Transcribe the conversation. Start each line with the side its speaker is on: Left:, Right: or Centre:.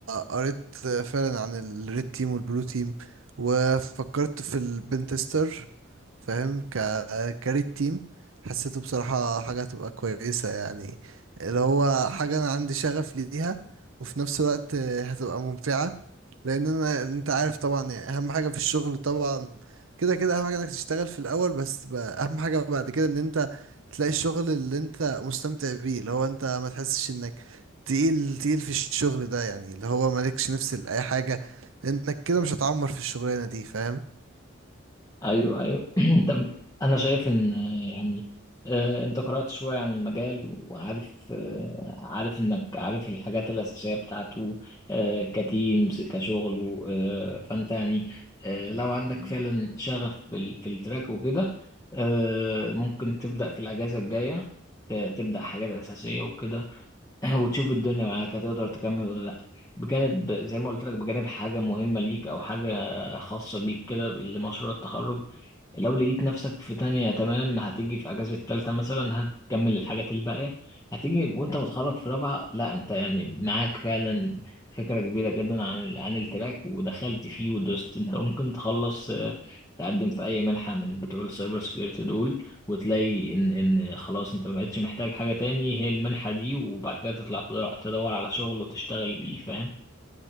Right: قريت فعلا عن الريد تيم والبلو تيم وفكرت في البنتستر فاهم ك كاري التيم حسيته بصراحة حاجة هتبقى كويسة يعني اللي هو حاجة أنا عندي شغف ليها وفي نفس الوقت هتبقى ممتعة لأن أنا أنت عارف طبعا يعني أهم حاجة في الشغل طبعا كده كده أهم حاجة إنك تشتغل في الأول بس ب- أهم حاجة بعد كده إن أنت تلاقي الشغل اللي أنت مستمتع بيه اللي هو أنت ما تحسش إنك تقيل تقيل في الشغل ده يعني اللي هو مالكش نفس لأي حاجة لأنك كده مش هتعمر في الشغلانة دي فاهم
Left: ايوه ايوه <clears throat> طب انا شايف ان آه، يعني آه، انت قرأت شوية عن المجال وعارف آه، عارف انك عارف الحاجات الأساسية بتاعته آه، كتيمز كشغل آه، فانت يعني آه، لو عندك فعلا شغف في ال- في التراك وكده آه، ممكن تبدأ في الأجازة الجاية ت- تبدأ حاجات أساسية وكده <clears throat> <laughs> وتشوف الدنيا معاك هتقدر تكمل ولا لأ بجانب زي ما قلت لك بجانب حاجة مهمة ليك أو حاجة خاصة بيك كده لمشروع التخرج لو لقيت نفسك في تانية تمام هتيجي في أجازة التالتة مثلا هتكمل الحاجات الباقية هتيجي وأنت متخرج في رابعة لأ أنت يعني معاك فعلا فكرة كبيرة جدا عن ال- عن التراك ودخلت فيه ودوست أنت ممكن تخلص آه، تقدم في أي منحة من بتوع السايبر سكيورتي دول وتلاقي ان ان خلاص انت مبقتش محتاج حاجة تاني هي المنحة دي وبعد كده تطلع تدور, تدور على شغل وتشتغل بيه فاهم